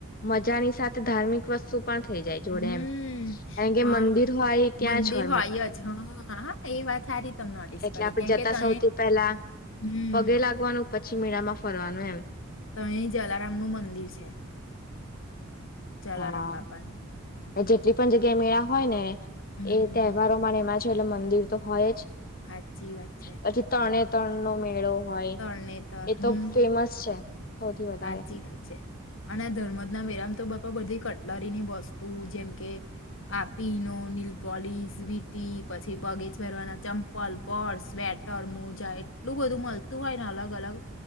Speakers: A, on the left (about 40°); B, on the left (about 60°).
A: મજાની સાથે ધાર્મિક વસ્તુ પણ થઈ જાય જોડે
B: હમ
A: એમ કારણ કે
B: હા
A: મંદિર આય
B: મંદિર
A: ત્યાં જ હોય મતલબ
B: જ હા હા એ વાત હારી તમે નોટિસ
A: એટલે
B: કરી
A: આપડે
B: કેમ
A: જતા
B: કે તય
A: સૌથી પહેલા
B: હમ
A: પગે લાગવાનું પછી મેળામાં ફરવાનું એમ
B: તો અહી જલારામ નું મંદિર છે જલારામ
A: હા
B: બાપાને
A: જેટલી પણ જગ્યા એ મેળા હોય ને
B: હમ
A: એ તહેવારો એમાં છે એટલે મંદિર તો હોય જ
B: હાચી વાત છે
A: પછી તરણે તણ નો મેળો હોય
B: તરણેતર
A: એ
B: હમ
A: તો ફેમસ છે સૌથી વધારે
B: હાચી વા છે અને ધર્મદ ના વરામ તો બાપા બધી કટલરીની વસ્તુ જેમ કે આપીનો લ પોલીસ વીટી પછી પગેચ ભરવાના ચંપલ પર્સ સ્વેટર મોજા એટલું બધું મળતું હોય ને અલગ અલગ